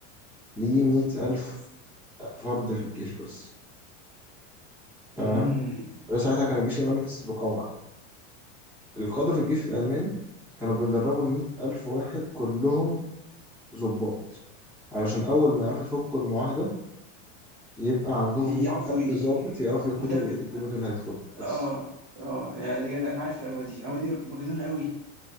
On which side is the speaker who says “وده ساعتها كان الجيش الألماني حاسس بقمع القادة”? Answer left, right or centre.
Centre